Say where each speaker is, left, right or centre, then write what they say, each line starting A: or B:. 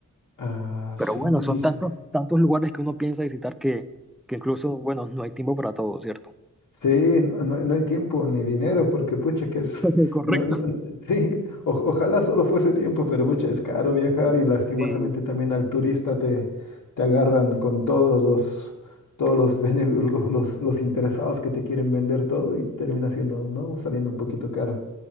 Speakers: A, on the left; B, in the centre.
A: Ah,
B: Pero
A: sí,
B: bueno,
A: di-
B: son
A: dicen.
B: tantos, tantos lugares que uno piensa visitar que, que incluso, bueno, no hay tiempo para todo, ¿cierto?
A: Sí, no, no- no hay tiempo ni dinero, porque pucha que es,
B: <laughs> Correcto.
A: no, no- <laughs> no- sí, o- ojalá solo fuese tiempo, pero pucha, es caro viajar y lastimosamente
B: Eh,
A: también al turista te, te agarran con todos los, todos los, <laughs> bene- lo- los, los interesados que te quieren vender todo y termina siendo, ¿no? Saliendo un poquito caro.